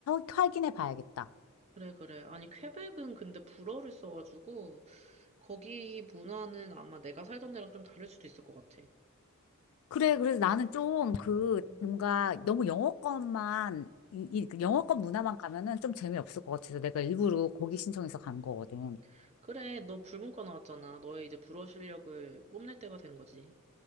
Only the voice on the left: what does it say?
확인해 봐야겠다.
그래, 그래서 나는 좀 그
뭔가 너무 영어권만, 이, 이- 그
영어권 문화만 가면은 좀 재미없을 것 같아서 내가 일부러 거기 신청해서
간 거거든.